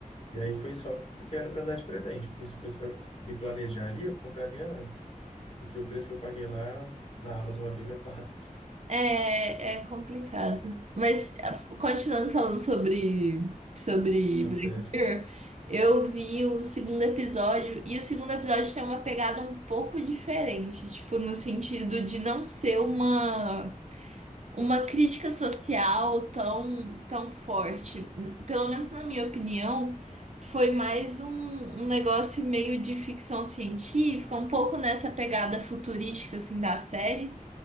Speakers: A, on the left; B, on the right.
A: E aí foi só porque era para dar de presente, porque se fosse para me planejar ali, eu compraria antes. Porque o preço que eu paguei lá na Amazon é bem mais barato,
B: É, é complicado. Mas ah, continuando falando sobre sobre
A: a
B: Black
A: sério.
B: Mirror, eu vi o segundo episódio e o segundo episódio tem uma pegada um pouco diferente, tipo no sentido de não ser uma uma crítica social tão tão forte. Pelo menos na minha opinião, foi mais um, um negócio meio de ficção científica, um pouco nessa pegada futurística assim da série,